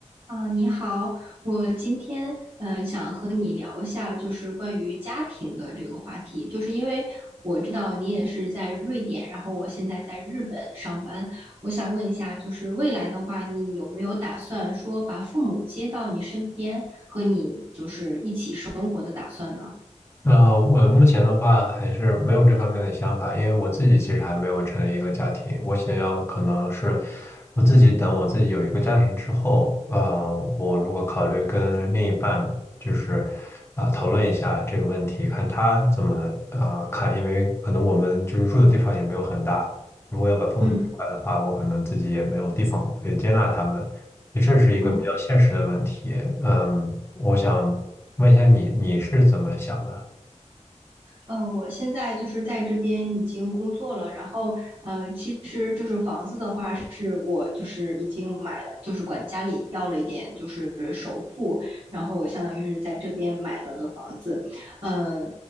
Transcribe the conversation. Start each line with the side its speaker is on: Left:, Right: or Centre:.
Right: 啊，你好，我今天嗯、呃想和你聊一下，就是关于家庭的这个话题，就是因为我知道你也是在瑞典，然后我现在在日本上班，我想问一下，就是未来的话，你有没有打算说把父母接到你身边，和你就是一起生活的打算呢？
Left: 呃，我目前的话还是没有这方面的想法，因为我自己其实还没有成立一个家庭，我想要可能是我自己等我自己有一个家庭之后，呃，我如果考虑跟另一半就是啊、讨论一下这个问题，看他怎么呃看，因为可能我们就是住的地方也没有很大，如果要把父母接过来的话，
Right: 嗯，
Left: 我可能自己也没有地方可以接纳他们。这是一个比较现实的问题。
Right: 哦
Left: 嗯，我想问一下你，你是怎么想的？
Right: 嗯，呃我现在就是在这边已经工作了，然后呃，其实就是房子的话，是我就是已经买了，就是管家里要了一点就是首付，然后我相当于是在这边买了的房子。呃，